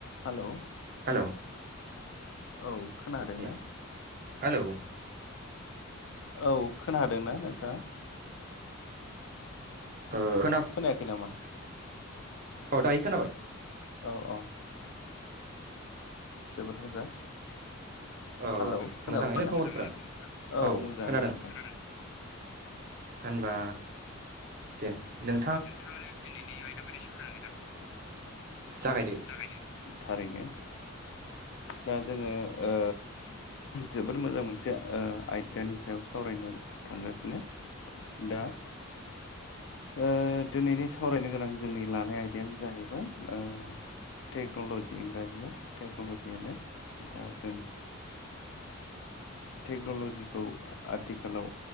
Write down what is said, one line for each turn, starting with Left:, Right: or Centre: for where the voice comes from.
Left: Hello
Right: hello
Left: औ खोनादों
Right: आया
Left: ना
Right: हेलौ
Left: औ खोनादोंना नोंथाङा
Right: ओ खोना
Left: खोनायाखै नामा
Right: औ दायो खोनाबाय
Left: औ अ जोबोद मोजां
Right: अ
Left: हेलौ खोनाबानो
Right: मोजाङैनो खबरफोरा
Left: औ
Right: औ
Left: मोजाङानो
Right: खोनादों
Left: नोंथां
Right: होनबा दे नों
Left: थाङानो दिनैनि आयदा बायदि सावरायनाय आयदाखौ
Right: जागायदो
Left: जागायदो थारैनो दा जोङो ओ जोबोद मोजां मोनसे ओ आय दानि सायाव सावरायनो थांगासिनो दा ओ दिनैनि सावरायनो गोनां जोंनि लानाय आयदायानो जाहैबाय ओ टेक्न'ल'जि इंराजियाव टेक्नल'जि होनो दा जों टेक्न'ल'जिखौ आथिखालाव